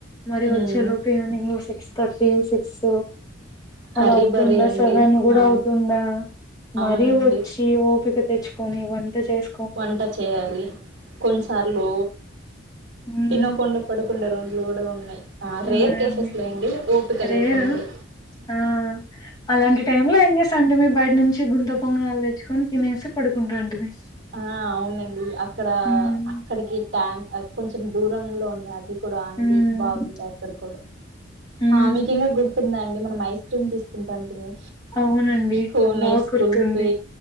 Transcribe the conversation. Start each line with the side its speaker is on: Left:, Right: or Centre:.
Left: మరి
Right: మ్మ్
Left: వచ్చే లోపు ఈవినింగ్ సిక్స్ థర్టీ సిక్స్ అలా
Right: హరీ
Left: అవుతుండె
Right: బరీ అండి
Left: సెవెన్ గుడా
Right: ఆ
Left: అవుతుండె మరీ
Right: అవునండి
Left: వచ్చి ఓపిక తెచ్చుకొని వంట చేస్
Right: వంట చేయాలి కొన్నిసార్లు
Left: ఉమ్
Right: తినకుండా పడు వంద రోజులు కూడా ఉన్నయి ఆ రేర్
Left: ఉన్నాయండి
Right: కేసెస్ లేండి ఓపిక
Left: రేరు
Right: లేకుంటే
Left: ఆ అలాంటి టైమ్ లో ఏం చేసాంటె మీర్ బయట నుంచి గుంత పొంగనాలు తెచ్చుకొని తినేసి పడుకుంటాంటిమి
Right: ఆ అవునండి ఇక్కడ
Left: ఉమ్
Right: అక్కడికి ట్యాంక్ కొంచెం దూరం లో ఉండే అది కూడా ఆంటీ
Left: ఉమ్
Right: బాగుండే అక్కడ కుడా
Left: ఉమ్
Right: ఆ మీకు ఇంకా గుర్తుందా అండి మనం ఐస్ క్రీమ్ తీసుకుంటాంటిమీ
Left: అవునండి
Right: కోన్ఐస్,
Left: బా గుర్తుంది
Right: కుల్ఫీ